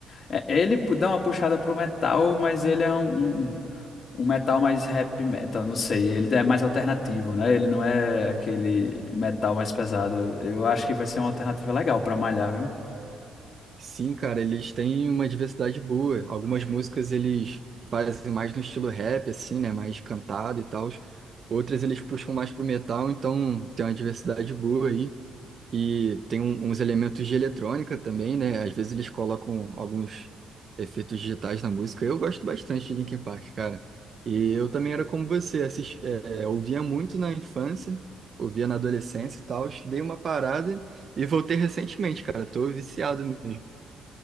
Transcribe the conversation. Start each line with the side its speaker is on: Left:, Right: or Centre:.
Left: é, ele pu- dá uma puxada pro metal, mas ele é um, um, um metal mais rap metal, não sei. Ele é mais alternativo, né? Ele não é aquele metal mais pesado. Eu acho que vai ser uma alternativa legal pra malhar, viu?
Right: Sim, cara, eles têm uma diversidade boa. Algumas músicas eles fazem mais no estilo rap, assim, né? Mais cantado e tal. Outras eles puxam mais pro metal, então tem uma diversidade boa aí. E tem um- uns elementos de eletrônica também, né? Às vezes eles colocam alguns efeitos digitais na música. Eu gosto bastante de Linkin Park, cara. E eu também era como você, assis- é, é, ouvia muito na infância, ouvia na adolescência e tal. Dei uma parada e voltei recentemente, cara. Tô viciado mesmo.